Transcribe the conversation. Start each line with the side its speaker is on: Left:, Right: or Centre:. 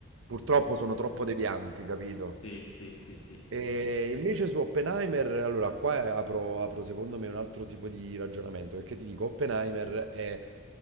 Right: purtroppo sono
Left: eh,
Right: troppo devianti, capito?
Left: Sì, sì, sì, sì.
Right: E invece su Oppenheimer, allora qua apro, apro secondo me un altro tipo di ragionamento, perché ti dico, Oppenheimer è